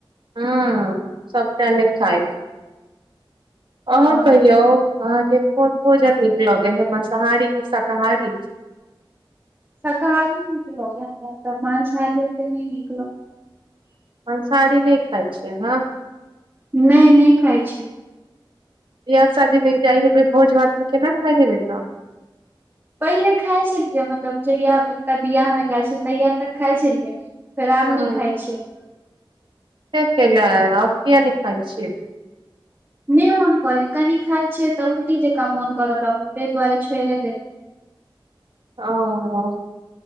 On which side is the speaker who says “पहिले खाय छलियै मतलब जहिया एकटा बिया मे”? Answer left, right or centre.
Right